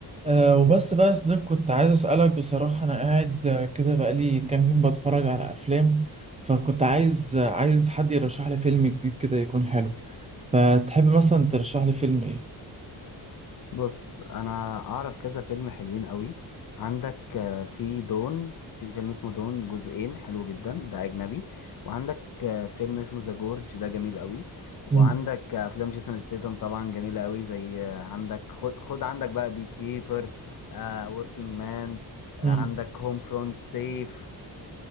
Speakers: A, on the right; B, on the left.
A: أه وبس بقى يا صديق كنت عايز أسألك بصراحة أنا قاعد آه، كده بقالي كام يوم بتفرج على أفلام فكنت عايز آه، عايز حد يرشح لي فيلم جديد كده يكون حلو فتحب مثلا ترشح لي فيلم إيه؟
B: بص انا اعرف كذا فيلم حلوين قوي عندك آه، في دون في فيلم اسمه دون جزئين حلو جدا ده اجنبي وعندك آه، فيلم اسمه ذا جورج ده جميل قوي
A: مم.
B: وعندك آه، افلام جيسون ستيتم طبعا جميله قوي زي آه، عندك خد, خد عندك بقى بي كيبر وركينج مان عندك
A: مم.
B: هوم فرونت سيف